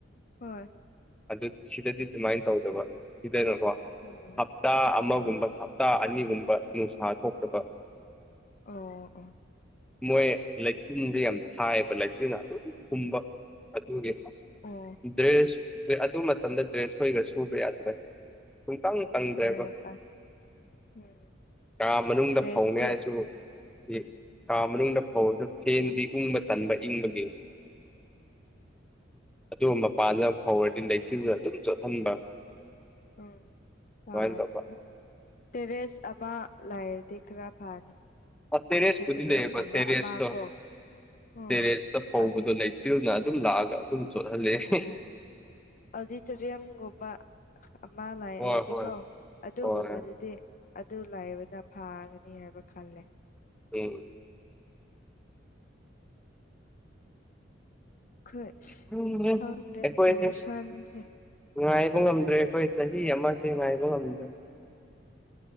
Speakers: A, on the left; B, in the centre.
A: ꯍꯣꯏ
B: ꯑꯗꯨ ꯁꯤꯗꯗꯤ ꯑꯗꯨꯃꯥꯏꯅ ꯇꯧꯗꯕ ꯁꯤꯗꯅꯀꯣ
A: ꯎꯝ
B: ꯍꯞꯇꯥ ꯑꯃꯒꯨꯝꯕ
A: ꯎꯝ
B: ꯁꯥ__ ꯍꯞꯇꯥ ꯑꯅꯤꯒꯨꯝꯕ ꯅꯨꯡꯁꯥ ꯊꯣꯛꯇꯕ
A: ꯑꯣ ꯑꯣ
B: ꯃꯣꯏ ꯂꯩꯆꯤꯟꯗꯨ ꯌꯥꯝ ꯊꯥꯏꯌꯦꯕ ꯂꯩꯆꯤꯟ ꯑꯗꯨꯝ ꯍꯨꯝꯕ ꯑꯗꯨꯒꯤ ꯑꯁ
A: ꯑꯣ
B: ꯗ꯭ꯔꯦꯁꯄꯨꯗꯤ ꯑꯗꯨ ꯃꯇꯝꯗ ꯗ꯭ꯔꯦꯁ ꯈꯣꯏꯒ ꯁꯨꯕ ꯌꯥꯗ꯭ꯔꯦ ꯄꯨꯡꯀꯡ__ ꯀꯪꯗꯦꯕ
A: ꯑꯣꯏꯔ ꯎꯝ
B: ꯀꯥ ꯃꯅꯨꯡꯗ
A: ꯗ꯭ꯔꯦꯁꯀꯤ
B: ꯐꯧꯅꯤꯉꯥꯏꯁꯨ __ <unintelligible> ꯀꯥ ꯃꯅꯨꯡꯗ ꯐꯧꯔꯁꯨ ꯐꯦꯟꯗꯤ ꯎꯨꯡꯕ ꯇꯟꯕ ꯏꯪꯕꯒꯤ ꯑꯗꯨꯒ ꯃꯄꯥꯟꯗ ꯐꯧꯔꯗꯤ ꯂꯩꯆꯤꯜꯅ ꯑꯗꯨꯝ ꯆꯣꯠꯍꯟꯕ
A: ꯎꯝ ꯆꯥꯎꯔꯝꯒꯅꯤ
B: ꯑꯗꯨꯃꯥꯏꯅ ꯇꯧꯕ
A: ꯇꯦꯔꯦꯁ ꯑꯃ ꯂꯩꯔꯗꯤ ꯈꯔ ꯐꯅꯤ
B: ꯑ ꯇꯦꯔꯦꯁꯄꯨꯗꯤ
A: ꯑꯣꯗꯤꯇꯣꯔꯤꯌꯝꯒꯨꯝꯕ
B: ꯂꯩꯌꯦꯕ ꯇꯦꯔꯦꯁꯇꯣ
A: ꯑꯃ ꯀꯣ ꯎꯝ
B: ꯇꯦꯔꯦꯁꯇ ꯐꯧꯕꯗꯣ
A: ꯑꯗꯤ
B: ꯂꯩ ꯆꯤꯜꯅ ꯑꯗꯨꯝ ꯂꯥꯛꯑꯒ ꯑꯗꯨꯝ ꯆꯣꯠꯍꯜꯂꯦ <unintelligible>
A: ꯑꯣ ꯑꯣꯗꯤꯇꯣꯔꯤꯌꯝꯒꯨꯝꯕ ꯑꯃ ꯂꯩꯑꯔꯗꯤꯀꯣ
B: ꯍꯣꯏ ꯍꯣꯏ
A: ꯑꯗꯨꯒꯨꯝꯕꯗꯨꯗꯤ
B: ꯍꯣꯏ
A: ꯑꯗꯨ ꯂꯩꯕꯅ ꯐꯥꯒꯅꯤ ꯍꯥꯏꯕ ꯈꯜꯂꯦ
B: ꯋꯦꯡ
A: ꯈꯨꯠꯁ
B: ꯈꯪꯗ꯭ꯔꯦ
A: ꯈꯪꯗꯦ
B: ꯑꯩꯈꯣꯏꯁꯦ
A: ꯄꯣꯂꯨꯁꯟꯖꯦ
B: ꯉꯥꯏꯕ ꯉꯝꯗ꯭ꯔꯦ ꯑꯩꯈꯣꯏ ꯆꯍꯤ ꯑꯃꯁꯦ ꯉꯥꯏꯕ ꯉꯝꯗ꯭ꯔꯦ